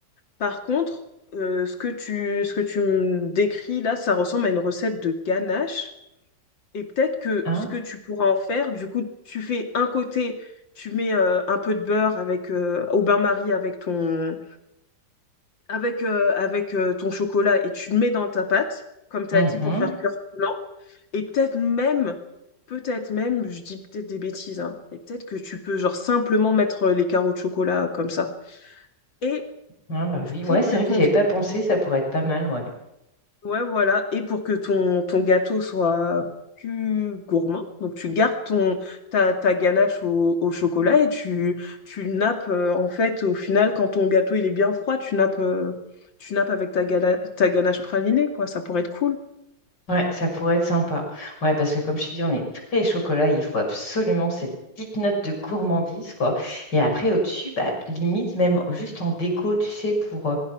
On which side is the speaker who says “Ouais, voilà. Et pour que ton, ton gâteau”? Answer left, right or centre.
Left